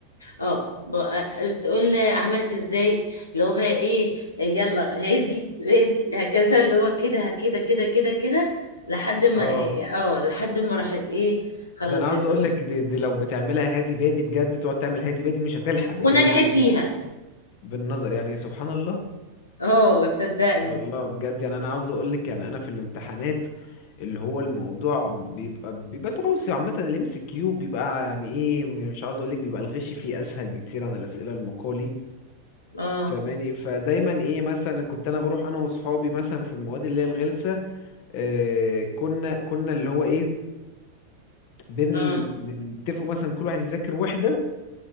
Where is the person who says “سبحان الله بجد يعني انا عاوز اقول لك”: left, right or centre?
Left